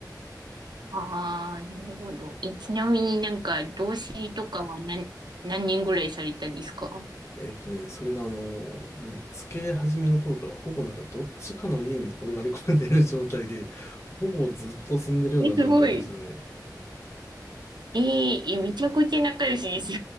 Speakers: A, on the right; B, on the left.
A: ああ、なるほど。え、ちなみになんか、同棲とかは何、何年ぐらいされたんですか
B: えっとね、それがあの、もう付き合い始めの頃からほぼなんかどっちかの家に転がり込んでいる状態で、ほぼずっと住んでるような状況でしたね。
A: え、すごい。えーえ、めちゃくちゃ仲良しです。